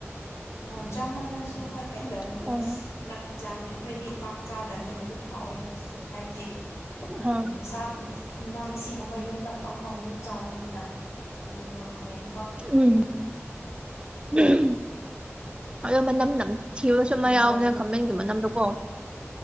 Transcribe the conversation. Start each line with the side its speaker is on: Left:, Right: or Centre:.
Left: ꯑꯣ ꯆꯥꯃꯜꯂꯁꯨ ꯍꯣꯏ ꯀꯩꯏꯝꯗꯧꯅꯤꯗꯣ
Right: ꯎꯝ
Left: ꯃꯔꯛꯇ ꯆꯥꯕꯗꯤ ꯑꯩꯈꯣꯏꯗꯤ ꯄꯥꯛ ꯆꯥꯗꯕꯅꯤꯅ ꯑꯗꯨꯝ ꯍꯥꯎꯋꯦ ꯍꯥꯏꯕꯗꯤ
Right: ꯍꯣꯏ
Left: ꯎꯝ ꯁꯥꯕ ꯃꯅꯥ ꯃꯁꯤꯡꯒꯨꯝꯕ ꯌꯨꯝꯗ ꯐꯪ ꯐꯪꯕꯗꯣ ꯑꯗꯨꯝ ꯆꯥꯕꯅꯤꯅ ꯑꯂꯨꯒ ꯈꯥꯃꯦꯟꯗꯨ
Right: ꯎꯝ ꯎꯝ ꯍꯣꯏ ꯑꯗꯨ ꯃꯅꯝ ꯅꯝ ꯊꯤꯕꯁꯨ ꯑꯃ
Left: ꯏꯪꯈꯣꯜꯗ
Right: ꯌꯥꯎꯕꯅꯦ ꯈꯥꯃꯦꯟꯒꯤ ꯃꯅꯝꯗꯨꯀꯣ